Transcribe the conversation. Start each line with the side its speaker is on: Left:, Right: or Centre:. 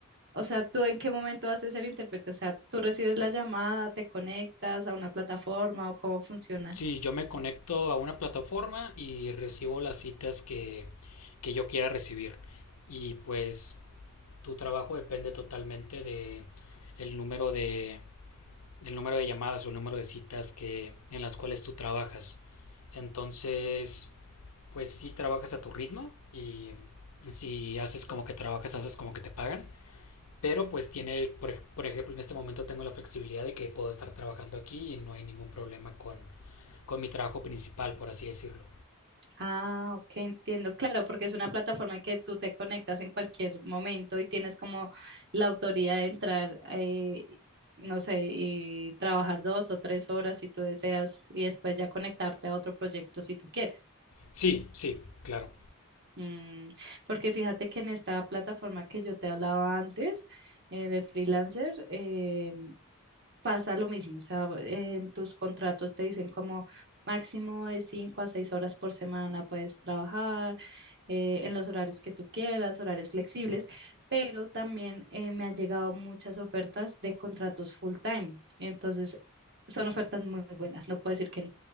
Right: o sea, tú en qué momento haces el intérprete, o sea, tú recibes la llamada, te conectas a una plataforma o cómo funciona.
Left: Sí, yo me conecto a una plataforma y recibo las citas que, que yo quiera recibir. Y pues tu trabajo depende totalmente de el número de el número de llamadas o el número de citas que en las cuales tú trabajas. Entonces, pues sí trabajas a tu ritmo y si haces como que trabajas, haces como que te pagan. Pero pues tiene, por, ej- por ejemplo, en este momento tengo la flexibilidad de que puedo estar trabajando aquí y no hay ningún problema con, con mi trabajo principal, por así decirlo.
Right: Ah, ok, entiendo. Claro, porque es una plataforma que tú te conectas en cualquier momento y tienes como la autoridad de entrar, eh, no sé, y trabajar dos o tres horas si tú deseas y después ya conectarte a otro proyecto si tú quieres.
Left: Sí, sí, claro.
Right: Mm, porque fíjate que en esta plataforma que yo te hablaba antes, eh, de freelancer, em, pasa lo mismo. O sea, en tus contratos te dicen como máximo de cinco a seis horas por semana puedes trabajar eh, en los horarios que tú quieras, horarios flexibles, pero también eh, me han llegado muchas ofertas de contratos full time. Entonces, son ofertas muy buenas, no puedo decir que no,